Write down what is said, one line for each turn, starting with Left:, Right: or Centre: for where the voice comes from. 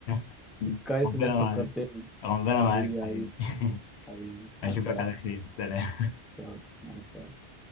Left: <laughs>
Centre: كويس
Left: ربنا
Centre: انك فكرتني
Left: معاك ربنا معاك
Centre: حبيبي
Left: يا
Centre: يا
Left: حبيبي
Centre: عيسى
Left: <laughs>
Centre: حبيبي على
Left: اشوفك
Centre: السلامه
Left: على خير سلام
Centre: إن شاء الله. مع السلامه